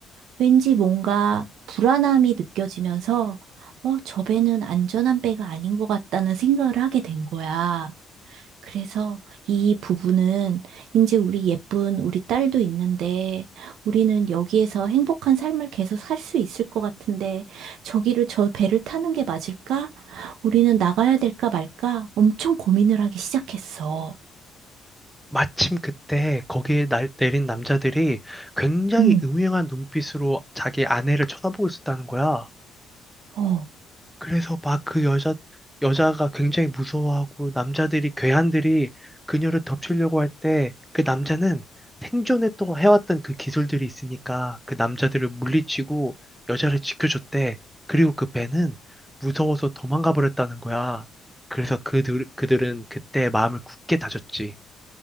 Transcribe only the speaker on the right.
왠지 뭔가 불안함이 느껴지면서 어, 저 배는 안전한 배가 아닌 것 같다는 생각을 하게 된 거야. 그래서 이 부부는 이제 우리 예쁜 우리 딸도 있는데 우리는 여기에서 행복한 삶을 계속 살 수 있을 것 같은데 저기를 저 배를 타는 게 맞을까? 우리는 나가야 될까 말까? 엄청 고민을 하기 시작했어.
응,
어.